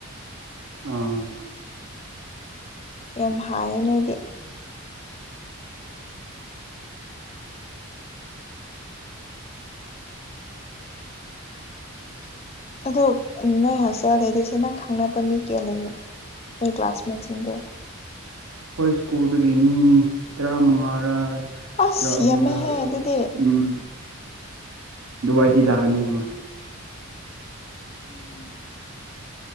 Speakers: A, on the right (about 70°); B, on the left (about 30°).
A: ꯑꯥ
B: ꯌꯥꯝ ꯍꯥꯏꯌꯦ ꯅꯣꯏꯗꯤ ꯑꯗꯣ ꯅꯣꯏ ꯍꯣꯁꯇꯦꯜ ꯑꯦꯗꯤꯁꯟ ꯅꯪ ꯈꯪꯅꯕ ꯃꯤ ꯀꯌꯥ ꯂꯩꯑꯦ ꯅꯣꯢ ꯀ꯭ꯂꯥꯁꯃꯦꯠꯁꯤꯡꯗꯣ
A: ꯈꯣꯏ ꯏꯁ꯭ꯀꯨꯜꯗꯒꯤ ꯃꯤ ꯇꯔꯥꯃꯉꯥꯔꯥ
B: ꯑꯁ
A: ꯇꯔꯥ ꯑꯍꯨꯝꯔꯥꯗꯨ
B: ꯌꯥꯝꯃꯦꯍꯦ ꯑꯗꯨꯗꯤ
A: ꯎꯝ ꯗꯨꯋꯥꯏꯗꯤ ꯂꯥꯛꯀꯅꯤ ꯃꯣꯏ
B: ꯑꯝ